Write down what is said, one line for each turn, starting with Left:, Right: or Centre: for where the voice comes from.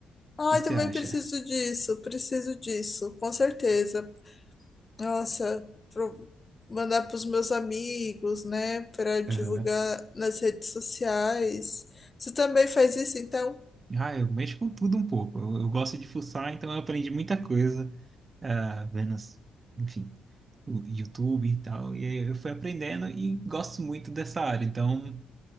Left: Ai,
Right: que que
Left: também
Right: você acha?
Left: preciso disso, preciso disso, com certeza. Nossa, pro, mandar para os meus amigos, né, para divulgar
Right: Aham.
Left: nas redes sociais. Você também faz isso, então?
Right: Ah, eu mexo com tudo um pouco. Eu, eu gosto de fuçar, então eu aprendi muita coisa, ah, vendo, as- enfim, o YouTube e tal. E aí eu fui aprendendo e gosto muito dessa área. Então.